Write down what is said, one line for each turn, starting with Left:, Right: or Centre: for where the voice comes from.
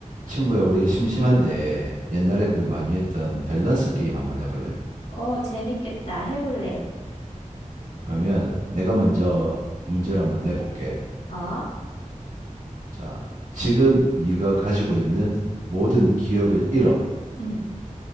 Right: 친구야, 우리 심심한데 옛날에
Left: 응.
Right: 그 많이 했던 밸런스 게임 한번 해볼래?
Left: 어, 재밌겠다. 해볼래.
Right: 그러면 내가 먼저 문제를 한번 내볼게.
Left: 어?
Right: 자, 지금 네가 가지고 있는 모든 기억을 잃어.
Left: 응.